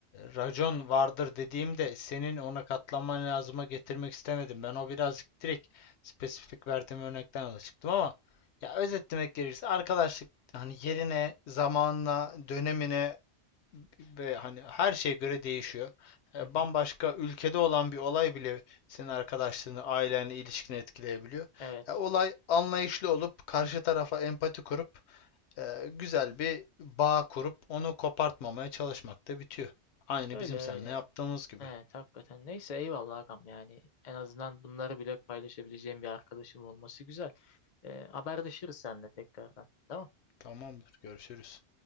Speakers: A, on the left; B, on the left.
A: racon vardır dediğimde senin ona katlanman lazıma getirmek istemedim. Ben o birazcık direkt spesifik verdiğim örnekten yola çıktım ama ya özetlemek gerekirse arkadaşlık hani yerine, zamanına, dönemine ve hani her şeye göre değişiyor. E,
B: hı hı.
A: Bambaşka ülkede olan bir olay bile senin arkadaşlığını, ailenle ilişkini etkileyebiliyor.
B: Evet.
A: E, Olay anlayışlı olup karşı tarafa empati kurup e, güzel bir bağ kurup onu kopartmamaya çalışmakta bitiyor. Aynı
B: Öyle
A: bizim
B: öyle.
A: seninle yaptığımız gibi.
B: Evet hakikaten. Neyse eyvallah agam yani en azından bunları bile paylaşabileceğim bir arkadaşım olması güzel. E, haberleşiriz seninle tekrardan. Tamam.
A: Tamamdır, görüşürüz.